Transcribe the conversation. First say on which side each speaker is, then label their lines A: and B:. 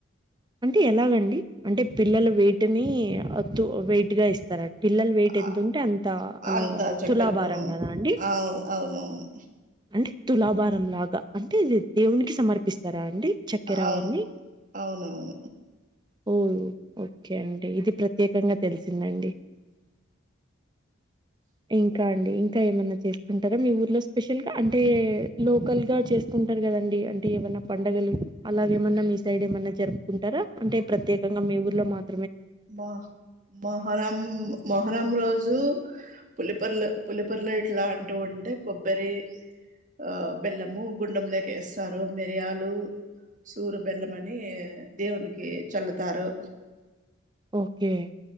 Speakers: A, on the right; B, on the right.
A: అంటే ఎలాగండి అంటే పిల్లల వెయిటిని అ వేట్ గట్గా ఇస్తారండి పిల్లల వెయిట్ ఎతు
B: ఆ,
A: ఉంటే అంత అలాగా
B: అంత చక్కర
A: తులాభారం కదా అండి
B: అవును అవునవును
A: అంటే తులాభారం లాగా అంటే ఇది దేవునికి సమర్పిస్తారు రా అండి చక్కెరావన్నీ
B: అవును అవునవును
A: ఓ ఓకే అండి ఇది ప్రత్యేకంగా తెలిసిందండి ఇంకా ఇంకా ఏమన్నా చేసుకుంటారా మీ ఊర్లో స్పెషల్ ల్ అంటే లోకల్ గా చేసుకుంటారు కదండి అంటే ఏమన్నా పండగలు అలాగ ఏమన్నా మీ సైడ్ ఏమన్నా జరుపుకుంటారా అంటే ప్రత్యేకంగా మీ ఊర్లో మాత్ర
B: మ మహరమ్ మహరమ్ రోజ రజు పులిపొర్లు పులిపొర్లు ఇట్లాంటివి ఉంటే కొబ్బరి ఆ బెల్లము గుండం లేక వేస్తారు మిరియాలు సూరు బెల్లం అని దేవునికి చల్లుతారు
A: ఓకే